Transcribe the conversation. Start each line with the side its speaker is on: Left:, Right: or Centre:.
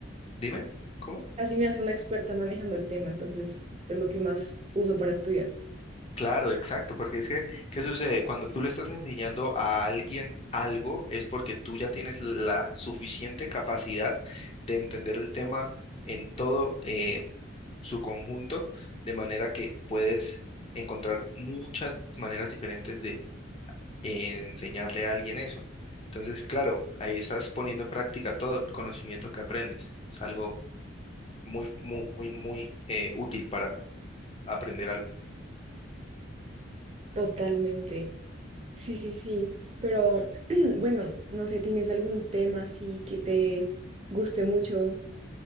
Left: dime, ¿cómo?
Right: así me hace una experta manejando el tema, entonces es lo que más uso para estudiar.
Left: Claro, exacto, porque es que, ¿qué sucede? Cuando tú le estás enseñando a alguien algo, es porque tú ya tienes la suficiente capacidad de entender el tema en todo, eh, su conjunto, de manera que puedes encontrar muchas maneras diferentes de eh, enseñarle a alguien eso. Entonces, claro, ahí estás poniendo en práctica todo el conocimiento que aprendes. Es algo muy, muy, muy, muy eh, útil para aprender algo.
Right: Totalmente. Sí, sí, sí. Pero <clears throat> bueno, no sé, ¿tienes algún tema así que te guste mucho,